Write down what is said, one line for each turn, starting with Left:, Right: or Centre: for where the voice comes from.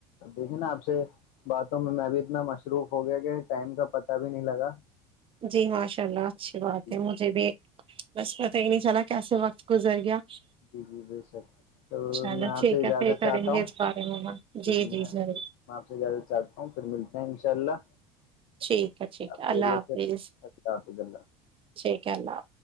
Left: دیکھے نا آپ سے باتوں میں میں بھی اتنا مصروف ہو گیا کہ ٹائم کا پت بھی نہیں لگا
Right: جی ماشاء اللہ اچھی بات
Left: جی
Right: ہے مجھے بھی بس پتہ ہی نہیں چلا کیسے وقت گزر گیا
Left: جی جی بے شک تو
Right: انشاء اللہ
Left: میں آپ
Right: ٹھیک
Left: سے اجازت
Right: ہے پھر کریں
Left: چاہتا
Right: گے
Left: ہوں
Right: اس بارے میں بات۔
Left: جی جی میں
Right: ضرور
Left: آپ سے اجازت چاہتا ہوں پھر ملتے ہیں انشاء اللہ
Right: ٹھیک ہے ٹھیک
Left: آپ
Right: ہے
Left: خیریت
Right: اللہ حافظ
Left: سے اللہ حافظ اللہ
Right: ٹھیک کیالا